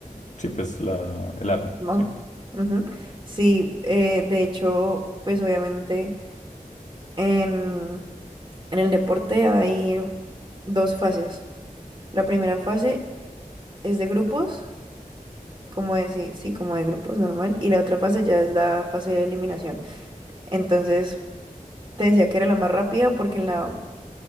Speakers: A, on the left; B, on the right.
A: sí, pues la, el arma,
B: Más.
A: ¿sí?
B: Ujú. Sí, eh, de hecho, pues obviamente en, en el deporte hay dos fases. La primera fase es de grupos, como decir, sí, sí, como de grupos normal, y la otra fase ya es la fase de eliminación. Entonces... Te decía que era la más rápida porque en la,